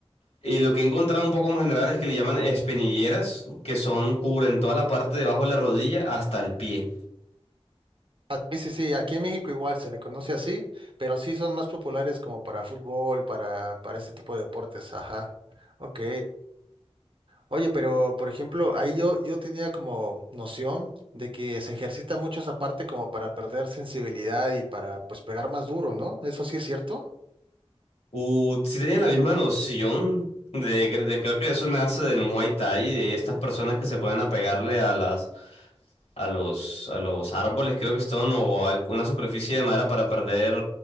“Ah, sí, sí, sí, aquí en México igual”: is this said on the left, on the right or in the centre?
Right